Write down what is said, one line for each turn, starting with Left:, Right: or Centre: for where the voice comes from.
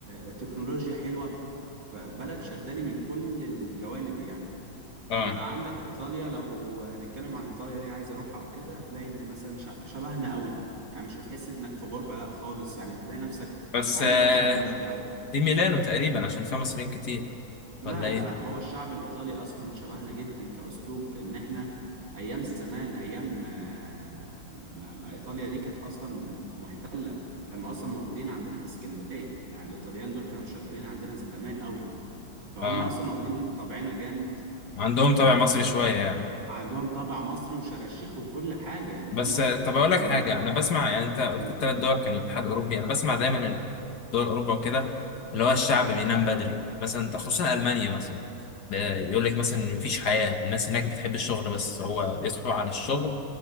Right: آه، تكنولوجيا حلوة فبلد شداني من كل الجوانب يعني
Left: اه
Right: وعندك ايطاليا لو هنتكلم عن ايطاليا ليه عايز اروحها او كده هتلاقي ان مثلا ش- شبهنا قوي يعني مش هتحس انك في غربة لا خالص يعني تلاقي نفسك
Left: بس
Right: بتتعامل
Left: آه،
Right: مع شعب مش بيع
Left: دي ميلانو تقريبا عشان فيها مصريين كتير
Right: لا
Left: ولا
Right: لا
Left: ايه
Right: لا هو الشعب الايطالي اصلا شبهنا جدا كاسلوب ان احنا ايام زمان ايام آه، ما ما ايطاليا دي كانت اصلا محتلة كانوا اصلا موجودين عندنا في اسكندرية يعني الايطاليان دول كانوا شغالين عندنا زمان قوي فهم
Left: اه
Right: اصلا واخدين من طبعنا جامد
Left: عندهم
Right: و
Left: طابع مصري شويه يعني
Right: عندهم طابع مصري وشراشيح وكل حاجة يعني
Left: بس
Right: هم
Left: آه، طب اقول لك
Right: عندهم
Left: حاجه
Right: الت-
Left: انا بسمع يعني انت قلت
Right: مم.
Left: الثلاث دول كانوا اتحاد اوروبي انا بسمع دايما ان دول اوروبا وكده اللي هو الشعب بينام بدري مثلا ده خصوصا المانيا مثلا ب- يقول لك مثلا إن مفيش حياه الناس هناك بتحب الشغل بس هو بيصحوا على الشغل